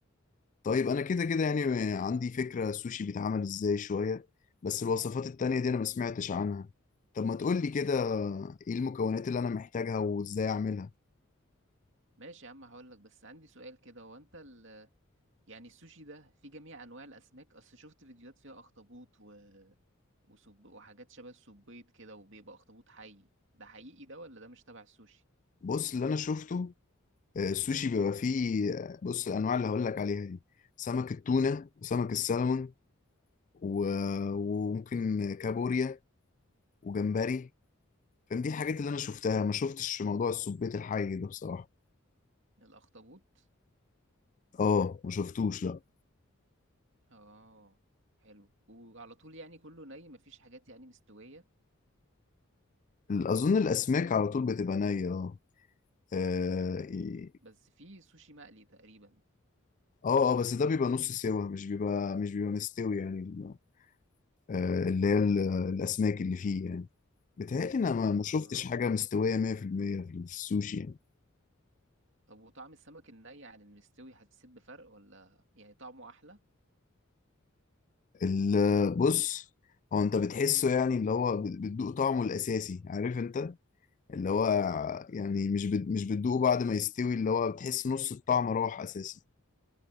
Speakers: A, on the left; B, on the right.
A: طيب انا كده كده يعني عندي فكرة السوشي بيتعمل ازاي شوية بس الوصفات التانية دي انا ما سمعتش عنها طب ما تقولي كده
B: طب
A: ايه المكونات اللي انا محتاجها وازاي اعملها
B: ماشي يا عم هقول لك بس عندي سؤال كده هو انت ال... يعني السوشي ده في جميع انواع الاسماك اصل شفت فيديوهات فيها اخطبوط و... وسب... وحاجات شبه السبيط كده وبيبقى اخطبوط حي ده حقيقي ده ولا ده مش تبع السوشي
A: بص اللي انا شفته آه، السوشي بيبقى فيه آه، بص الانواع اللي هقولك عليها دي سمك التونة وسمك السلمون و- وممكن كابوريا وجمبري فاهم دي الحاجات اللي انا شفتها ما شفتش موضوع السبيت الحي ده بصراحة
B: الاخطبوط
A: اه ما شفتوش لا
B: اه حلو وعلى طول يعني كله ني مفيش حاجات يعني مستوية
A: اظن الاسماك على طول بتبقى نية اه اه إيه.
B: بس في سوشي مقلي تقريبا
A: اه آه، بس ده بيبقى نص سوا مش بيبقى مش بيبقى مستوي يعني ال- آه، اللي هي ال- الاسماك اللي فيه يعني بيتهيألي انا ما
B: اه
A: ما شفتش حاجة مستوية 100% في المية في السوشي يعني
B: طب وطعم السمك الني عن المستوي حسيت بفرق ولا يعني طعمه احلى
A: ال- بص هو انت بتحسه يعني اللي هو بت- بتدوق طعمه الاساسي عارف انت اللي هو يعني مش بت- مش بتدوقه بعد ما يستوي اللي هو بتحس نص الطعم راح اساسا